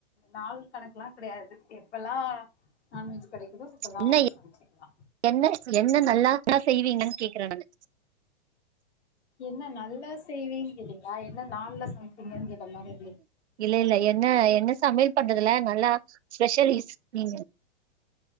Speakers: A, on the left (about 80°); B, on the right (about 80°).
A: நாள் கணக்ல்லா கெடையாது எப்பல்லா நான்வெஜ் கெடைக்குதோ அப்பெல்லா
B: என்ன
A: சமச்சுக்கலா
B: என்ன என்ன நல்லாதா செய்வீங்கன் கேக்குற நானு
A: என்ன நல்லா செய்வேன் கேட்டீங்களா என்ன நாள்ல சமைப்பீங்கன் கேட்ட மாரி இரு
B: இல்ல இல்ல என்ன என்ன சமையல் பண்றதுல நல்லா ஸ்பெஷலிஸ் நீங்க